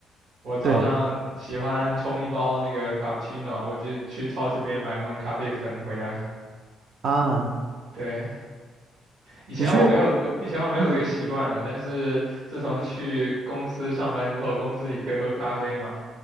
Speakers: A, on the right; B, on the right.
A: 我早上喜欢冲一包那个卡布奇诺，
B: 对
A: 我就去超市里面买那种咖啡粉回来。
B: 啊，
A: 对，以前我没有，
B: 你是
A: 以前我没有这个习惯的，
B: 嗯，
A: 但是自从去公司上班之后，公司里可以喝咖啡嘛，